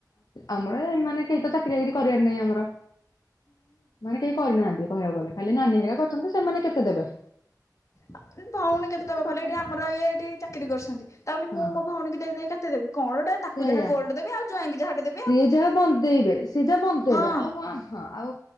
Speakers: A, on the left; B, on the left.
A: ଆମର ମାନେ କେହି ତ ଚାକିରି ବାକିରି କରିଆର ନାଇଁ ଆମର। ମାନେ କେହି କରିନାହାନ୍ତି କହିଆକୁ ଗଲେ ଖାଲି ନାନୀ ହେରିକା କରିଚନ୍ତି ସେମାନେ କେତେ ଦେବେ।
B: ଆ <inaudible> ଭଉଣୀ କେତ୍
A: ସେ
B: କେତେ ଦଵ
A: ଟୋଟାଲ
B: କଇଲ ଆମର ଇଏ ଏଠି ଚାକିରି କରସନ୍ତି ତା ବୋଲି
A: ହଁ
B: ମୁଁ ମୋ ଭଉଣୀକୁ ଦେଇ ଦେଇ କେତେ ଦେବି କଣ ଗୋଟେ ତାକୁ
A: ସେଇଆ
B: ଯାହା ଗୋଲ୍ଡ ଦେଵି ଆଉ ଜ୍ଵାଇଁ ଯାହା ଟେ ଦେବି।
A: ସିଏ ଯାହା ବନ୍ଦେଇବେ ସିଏ ଯାହା ବନ୍ଦେଇବେ
B: ହଁ
A: ଆଉ କଁ ହଁ ଆଉ